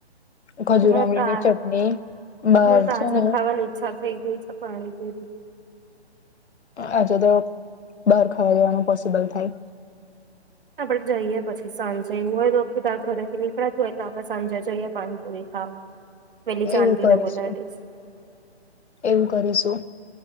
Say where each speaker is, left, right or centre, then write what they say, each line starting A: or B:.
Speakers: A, on the left; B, on the right.
A: ખજૂર
B: હ
A: આમલી
B: તો
A: ની
B: આજ
A: ચટણી બહાર
B: મને તાજા
A: છે, ને
B: ખાવાની ઈચ્છા થઈ ગઈ છે પાણી પૂરી
A: આજે તો બહાર ખાવા જવાનું પોસિબલ થાય <inaudible>
B: આપડે જઈએ પછી સાંજે એવું હોય તો ત ઘરે થી નીકળતું હોય તો આપડે સાંજે જઈએ પાણીપુરી ખાવા પેલી જાનવીને
A: એવું કરીશું
B: બોલાવી લઈશ
A: એવું કરીશું